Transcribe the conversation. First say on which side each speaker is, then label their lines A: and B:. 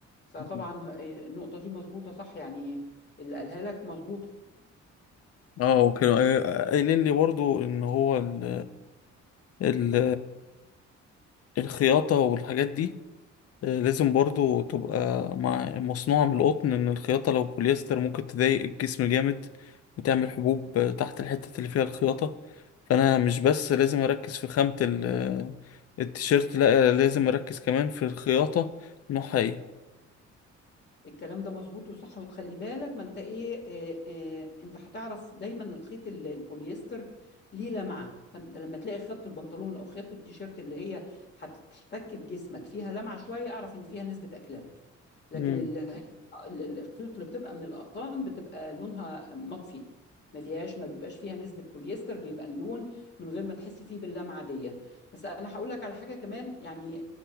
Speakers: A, on the left; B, on the left.
A: فطبعا
B: مم.
A: آه، النقطه دي مظبوطه صح يعني اللي قالها لك مظبوطه
B: اه وكانوا قاي- قايلين لي برضه ان هو ال ال الخياطه والحاجات دي لازم برضو تبقى مع مصنوعة من القطن إن الخياطة لو بوليستر ممكن تضايق الجسم جامد وتعمل حبوب تحت الحتة اللي فيها الخياطة فأنا مش بس لازم أركز في خامة ال- آه، التيشيرت لأ لازم أركز كمان في الخياطة نوعها إيه
A: الكلام ده مظبوط وصح وتخلي بالك ما انت ايه اه اه انت هتعرف دايما الخيط ال- البوليستر ليه لمعه فانت لما تلاقي خيط البنطلون او خيط التيشيرت اللي هي هتحتك بجسمك فيها لمعه شويه اعرف ان فيها نسبه اكليريك لكن
B: مم.
A: ال- ال- الخيوط اللي بتبقى من الاقطان بتبقى لونها مطفي ما فيهاش ما بيبقاش فيها نسبة بوليستر بيبقى اللون من غير ما تحسي فيه باللمعة دي بس انا هقول لك على حاجة كمان يعني